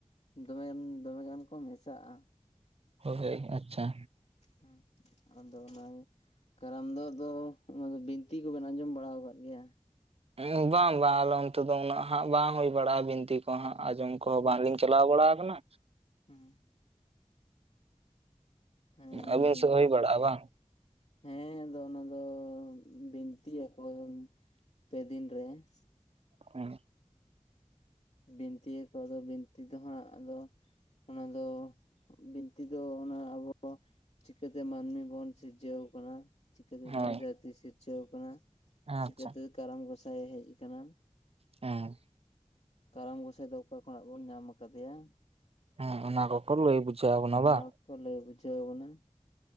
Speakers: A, on the left; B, on the right.
A: ᱫᱚᱢᱮᱟᱱ ᱫᱚᱢᱮᱜᱟᱱ ᱠᱚ ᱢᱮᱥᱟᱜᱼᱟ
B: ᱦᱳᱭ ᱟᱪᱪᱷᱟ
A: ᱦᱩ ᱟᱫᱚ ᱚᱱᱟᱜᱮ ᱠᱟᱨᱟᱢ ᱫᱚ ᱟᱫᱚ ᱚᱱᱟ ᱫᱚ ᱵᱤᱱᱛᱤ ᱠᱚᱵᱮᱱ ᱟᱸᱡᱚᱢ ᱵᱟᱲᱟᱣᱟᱠᱟᱫ ᱜᱮᱭᱟ
B: ᱵᱟᱝ ᱵᱟᱝ ᱟᱞᱮ ᱚᱱᱛᱮ ᱫᱚ ᱩᱱᱟᱹᱜ ᱦᱟᱸᱜ ᱦᱩᱭ ᱵᱟᱲᱟᱜᱼᱟ ᱵᱤᱱᱛᱤ ᱠᱚ᱾ ᱠᱚ ᱦᱟᱸᱜ ᱟᱸᱡᱚᱢ ᱠᱚᱦᱚᱸ
A: ᱦᱩᱸ
B: ᱵᱟᱝᱞᱤᱧ ᱪᱟᱞᱟᱣ ᱵᱟᱲᱟ ᱟᱠᱟᱱᱟ᱾
A: <unintelligible> ᱦᱮᱸ
B: ᱟᱹᱵᱤᱱ
A: ᱵᱤᱱ
B: ᱥᱮᱫ ᱦᱩᱭ ᱵᱟᱲᱟᱜᱼᱟ ᱵᱟᱝ
A: ᱦᱮᱸ ᱟᱫᱚ ᱚᱱᱟᱫᱚ ᱵᱤᱱᱛᱤᱭᱟᱠᱚ ᱯᱮ ᱫᱤᱱ ᱨᱮ
B: <unintelligible>
A: ᱵᱤᱱᱛᱤᱭᱟᱠᱚ ᱟᱫᱚ ᱵᱤᱱᱛᱤ ᱫᱚ ᱦᱟᱸᱜ ᱟᱫᱚ ᱚᱱᱟ ᱫᱚ ᱵᱤᱱᱛᱤ ᱫᱚ ᱚᱱᱟ ᱟᱵᱚ ᱪᱤᱠᱟᱹᱛᱮ ᱢᱟᱹᱱᱢᱤ ᱵᱚᱱ ᱥᱤᱨᱡᱟᱹᱣ ᱟᱠᱟᱱᱟ ᱪᱤᱠᱟᱹᱛᱮ
B: ᱦᱳᱭ
A: ᱫᱷᱩᱲᱤ ᱫᱷᱟᱹᱨᱛᱤ ᱥᱤᱨᱡᱟᱹᱣ ᱟᱠᱟᱱᱟ ᱪᱤᱠᱟᱹᱛᱮ
B: ᱟᱪᱪᱷᱟ
A: ᱠᱟᱨᱟᱢ ᱜᱚᱸᱥᱟᱭ ᱦᱮᱡ ᱟᱠᱟᱱᱟ
B: ᱦᱮ
A: ᱠᱟᱨᱟᱢ ᱜᱚᱸᱥᱟᱭ ᱫᱚ ᱚᱠᱟ ᱠᱷᱚᱱᱟᱜ ᱵᱚᱱ ᱧᱟᱢ ᱟᱠᱟᱫᱮᱭᱟ᱾
B: ᱦᱮᱸ ᱚᱱᱟ ᱠᱚᱠᱚ ᱞᱟᱹᱭ ᱵᱩᱡᱷᱟᱹᱣ ᱟᱵᱚ ᱱᱟ
A: ᱚᱱᱟ
B: ᱵᱟᱝ
A: ᱠᱚ ᱞᱟᱹᱭ ᱵᱩᱡᱷᱟᱹᱣ ᱵᱚᱱᱟ